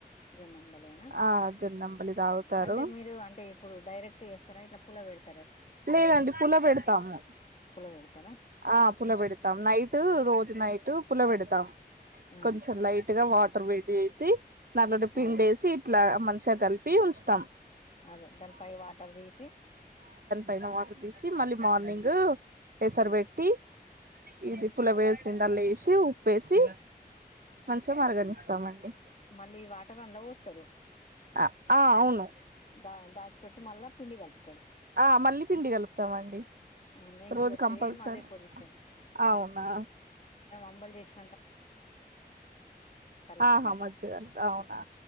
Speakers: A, on the left; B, on the right.
A: జొన్నంబలేనా
B: ఆ జున్నంబలి తాగుతారు
A: అంటే మీరు అంటే ఇప్పుడు డైరెక్ట్ తీస్తార ఇట్ల పుల పెడుత
B: లేదండి పుల పెడతాము
A: పుల పెడతారా
B: ఆ పుల పెడత తం నైట్ రోజు నైట్ పులవెడుతాం
A: ఆ
B: కొంచం లైట్గ వాట్ వేడి చేసి నలు పిండేసి
A: అవును
B: ఇట్లా మంచిగ కలిపి ఉంచుతాం
A: అదే దానిపైవాటర్ తీసి
B: పైన వాటర్ తీసి మళ్ళీ మార్నింగ్ ఎసరు వేట్టి ఇది
A: ఉమ్
B: పుల వేసింది అల్ ఇష్ట చి ఉప్పేసి మంచి మరగనిస్తామండి
A: మళ్ళీ వాటరన్ల పోస్తారు
B: అ ఆ అవును
A: దా దాసిపెట్టి మళ్ళా పిండికల్ప
B: ఆ మళ్ళీ పిండి కలుపుతామండి
A: ఆ, మేము
B: రోజు
A: కూడా
B: కంపల్సరీ
A: సేమ్ అదే పొజిషన్
B: అవునా
A: అంబలి జెసి చల్లారినాక
B: ఆహా మజ్జిగ అవునా